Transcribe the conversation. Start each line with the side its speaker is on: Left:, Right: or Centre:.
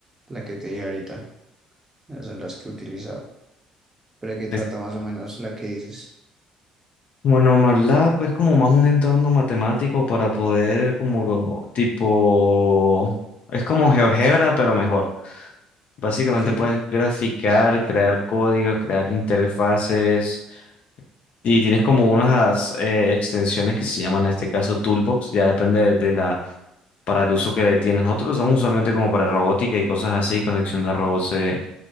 Right: la que te dije ahorita, esas son las que he utilizado. Pero que trata
Left: Es-
Right: más o menos la que dices.
Left: bueno, MATLAB es como más un entorno matemático para poder como tipo, es como GeoGebra, pero mejor. Básicamente
Right: Ok,
Left: puedes graficar, crear códigos, crear interfaces. Y tienes como unas eh, extensiones que se llaman en este caso Toolbox, ya depende de, de la para el uso que le tienen. otros lo usamos usualmente como para robótica y cosas así, conexión de robots eh,